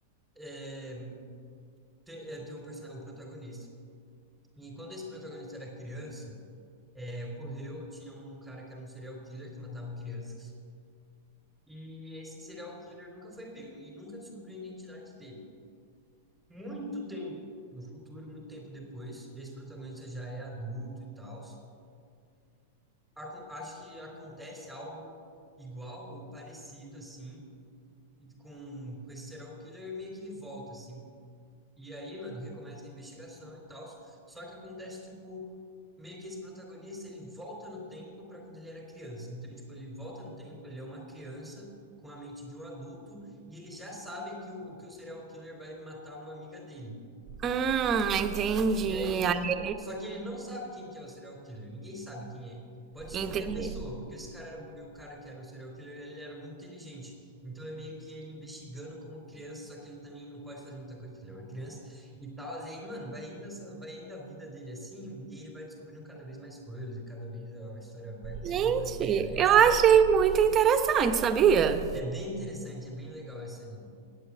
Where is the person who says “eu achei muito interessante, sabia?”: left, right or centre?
Right